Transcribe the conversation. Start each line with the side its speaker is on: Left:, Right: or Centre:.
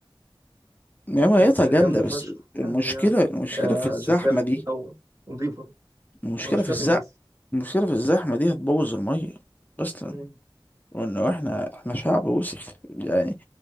Left: يعني ميتها
Right: آه،
Left: جامدة
Right: جامدة
Left: بس
Right: فشخ
Left: المشكلة
Right: يعني
Left: المشكلة
Right: آه،
Left: في الزحمة
Right: شفافة
Left: دي
Right: في الأول ونضيفة
Left: المشكلة
Right: ومش
Left: في
Right: كافي
Left: الزحمة
Right: الناس
Left: المشكلة في الزحمة دي هتبوظ المية أصلا
Right: مم.
Left: وانه احنا احنا شعب وسخ يعني